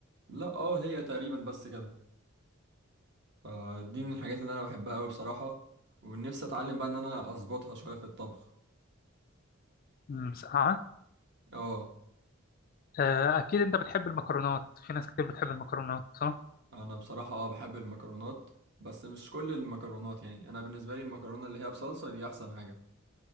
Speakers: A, on the right; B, on the left.
A: لا أه هي تقريبا بس كده فدي من الحاجات اللي انا بحبها قوي بصراحة ونفسي اتعلم بقى ان انا اظبطها شوية في الطبخ
B: مم، مسقعة
A: اه
B: آه، اكيد انت بتحب المكرونات في ناس كتير بتحب المكرونات صح
A: انا بصراحة اه بحب المكرونات بس مش كل المكرونات يعني انا بالنسبة لي المكرونة اللي هي بصلصة دي احسن حاجة